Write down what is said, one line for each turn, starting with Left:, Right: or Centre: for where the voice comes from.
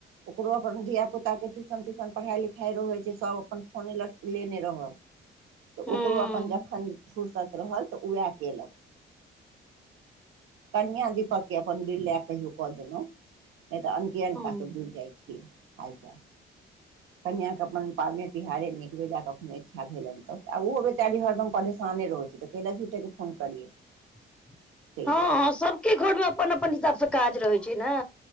Right: ओकरो अपन धिया पुता केँ ट्यूशन तयूशन पढ़ाई लिखाई रहे छै सब अपन फोने लटके लेने रहल
Centre: <unintelligible>
Right: तऽ
Centre: हूँ
Right: ओकरो अपन जखन फुुरसत रहल तऽ उहें कयलक कन्या दीपक केँ अपन बिरलए कहियों कऽ देलो नै तऽ अनके अनका
Centre: हँ
Right: सँ बुझ जाइ छियै हालचाल कनिआँ केँ अपन पाबनै तिहारे निक बेजा कखनो इच्छा भेलनि तऽ आ ओहो बेचारी हरदम परेशाने रहै छैय तऽ। कयल झूट केँ फोन करियै
Centre: <inaudible>
Right: ताहि
Centre: हँ
Right: दुआरे
Centre: सब केँ घर मे अपन अपन हिसाबसँ काज रहैत छै न